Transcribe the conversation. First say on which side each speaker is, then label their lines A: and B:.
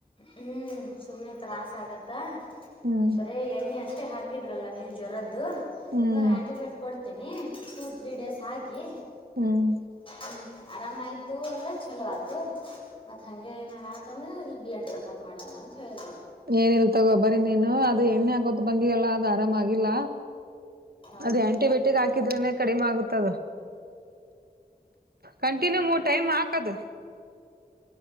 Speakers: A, on the left (about 35°); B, on the right (about 75°).
A: ಹ್ಮ್ ಸುಮ್ಮ್ನೆ ತ್ರಾಸ ಆಗತ್ತಾ
B: ಹ್ಮ್
A: ಬರೀ ಎಣ್ಣೆ ಅಷ್ಟೇ ಹಾಕಿ ಹಾಕಿದ್ರಲ್ಲ ನೀವು ಜ್ವರದ್ದು
B: ಹ್ಮ್
A: ಇವಾಗ ಆ್ಯಂಟಿಬಯೋಟಿಕ್ ಕೊಡ್ತೀನಿ ಟೂ ತ್ರೀ ಡೇಸ್ ಹಾಕಿ
B: ಹ್ಮ್
A: ಹ್ಮ್ ಆರಾಮಯ್ತು ಅಂದ್ರೆ ಚಲೋ ಆತು ಮತ್ತ ಹಂೆ ಏನಾರ ಆತಂದ್ರೆ ಅಲ್ಲಿ ಬ್ಲಡ್ ಚೆಕಪ್ ಮಾಡೋಣ ಅಂತ ಹೇಳಿದರು
B: ಏನಿಲ್ ತಗೊಬರರಿ ನೀನು ಅದು ಎಣ್ಣೆ ಆಕೋತ ಬಂದಿ ಅಲ್ಲ ಅದು ಆರಾಮಾಗಿಿಲ್ಲ
A: ಹೌದು
B: ಅದೇ ಆಂಟಿಬಯೋಟಿಕ್ ಹಾಕಿದ್ರೆನೆ ಕಡಿಮೆ ಆಗುತ್ತೆ ಕಂಟಿನ್ಯೂ ಮೂರು ಟೈಮ್ ಹಾಕದು